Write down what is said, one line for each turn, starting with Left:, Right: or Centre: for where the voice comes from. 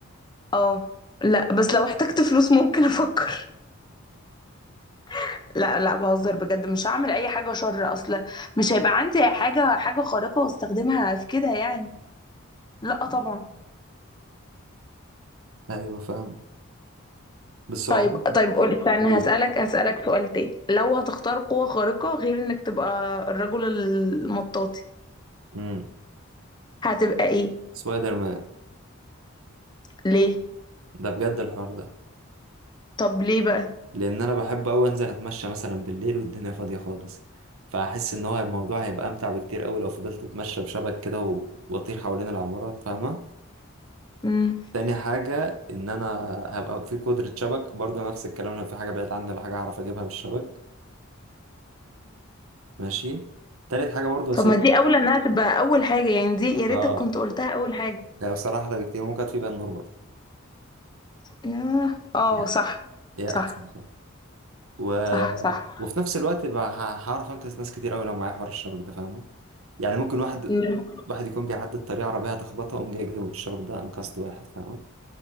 Left: اه لا بس لو احتجت فلوس ممكن افكر <laughs> لا لا بهزر بجد مش هعمل اي حاجه شر اصلا مش هيبقى عندي حاجه حاجه خارقه واستخدمها في كده يعني لا طبعا
Right: ايوه فاهم بس
Left: طيب
Right: هو عموما
Left: طيب قول استنى
Right: بيقول،
Left: هسألك هسألك سؤال تاني لو هتختار قوة خارقة غير انك تبقى الرجل المطاطي
Right: امم
Left: هتبقى ايه
Right: سبايدر مان
Left: ليه
Right: ده بجد الحوار ده
Left: طب ليه بقى
Right: لان انا بحب اوي انزل اتمشى مثلا بالليل والدنيا فاضيه خالص فاحس ان هو الموضوع هيبقى امتع بكتير اوي لو فضلت اتمشى بشبك كده و- واطير حوالين العمارات فاهمه
Left: امم
Right: تاني حاجه ان انا هبقى في قدره شبك برضه نفس الكلام لو في حاجه بعيد عني ولا حاجه هعرف اجيبها بالشبك ماشي تالت حاجه برضه هسيب
Left: طب ما دي اولى انها تبقى اول حاجة يعني دي يا ريتك
Right: اه
Left: كنت قلتها اول حاجة
Right: لا بصراحه احلى بكتير ممكن اطفي بيها النور برضه
Left: ياه اه
Right: هي
Left: صح
Right: هي
Left: صح
Right: احسن بصراحة. و...
Left: صح صح
Right: وفي نفس الوقت بقى ه- هعرف انقذ ناس كتير اوي لو معايا حوار الشبك ده فاهمه يعني ممكن واحد
Left: مم.
Right: واحد يكون بيعدي الطريق عربية تخبطه وأقوم جاي جايبه بالشبك ده أنقذت واحد فاهم